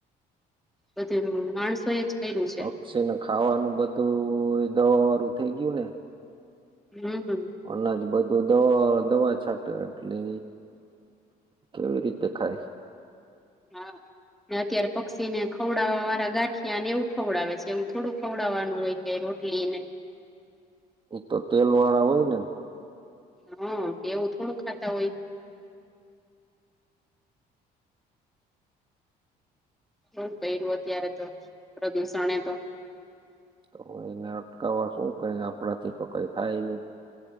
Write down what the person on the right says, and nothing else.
પછી છે ને, ખાવાનું બધું દવા વાળું થઈ ગયું ને.
અનાજ બધું દવા દવા છટે એટલે. કેવી રીતે ખાય?
એ તો તેલ વાળા હોય ને.
તો એને અટકાવવા શું, કઈ આપણા થી તો કંઈ થાય નહીં.